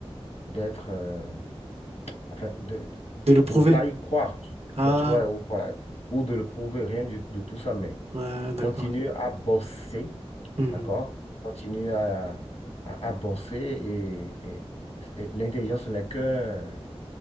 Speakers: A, on the left; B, on the right.
A: d'être, euh, enfin, de,
B: De le prouver.
A: de pas y croire, tu
B: Ah,
A: ouais, tu vois, ou, voilà, ou de le prouver, rien du- de tout ça, mais
B: ouais, d'accord.
A: continue à bosser,
B: Mhm.
A: d'accord? Continue à, à, à bosser et, et- et l'intelligence n'est qu'un